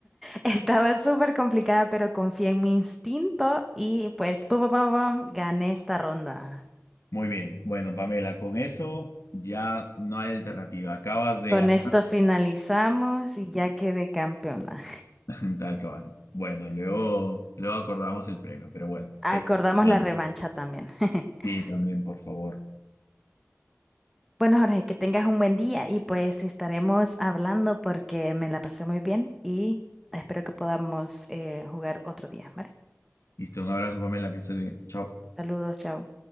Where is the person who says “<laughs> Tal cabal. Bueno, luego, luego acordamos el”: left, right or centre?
Left